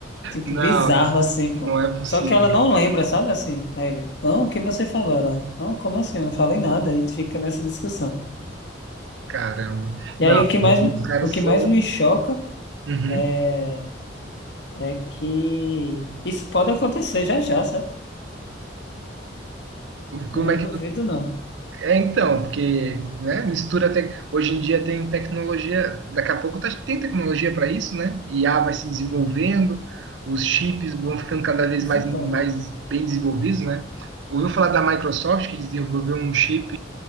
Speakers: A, on the left; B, on the right.
A: Tipo,
B: Não,
A: bizarro assim, pô.
B: não é possível.
A: Só que ela não lembra, sabe assim? Aí ele, não, o que você falou? Ela, não, como assim? Eu não falei nada. Aí fica nessa discussão.
B: Caramba.
A: E
B: Não,
A: aí o que mais,
B: os caras
A: o que
B: são.
A: mais me choca
B: Uhum.
A: é, é que isso pode acontecer já já, sabe? Eu
B: Como
A: não
B: é que.
A: duvido, não.
B: É então, porque, né, mistura até. Hoje em dia tem tecnologia, daqui a pouco tá- tem tecnologia para isso, né? IA vai se desenvolvendo, os chips vão ficando cada vez
A: Exatamente.
B: mais, mais bem desenvolvidos, né? Ouviu falar da Microsoft que desenvolveu um chip